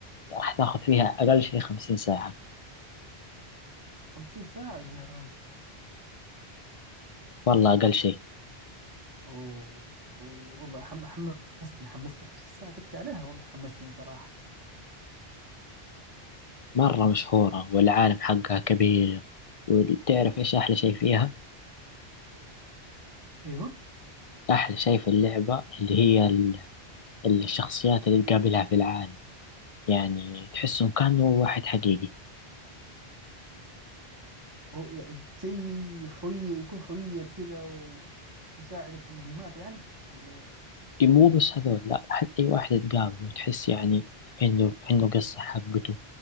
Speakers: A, on the left; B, on the right.
A: راح تاخذ فيها أقل شيء خمسين ساعة
B: 50 ساعة يا راجل
A: والله أقل شيء
B: اوه أوه، والله حم- حمستني حمستني 50 ساعة تكي عليها والله حمستني صراحة
A: مرة مشهورة والعالم حقها كبير وتعرف إيش أحلى شيء فيها؟
B: ايوه
A: أحلى شيء في اللعبة اللي هي ال- الشخصيات اللي تقابلها في العالم يعني تحسهم كانوا واحد حقيقي
B: هو يعني زي خويه يكون خويك كده و... ويساعدك في المهمات يعني ولا
A: مو بس هذول لا حتى أي واحد تقابله تحس يعني عنده عنده قصة حقته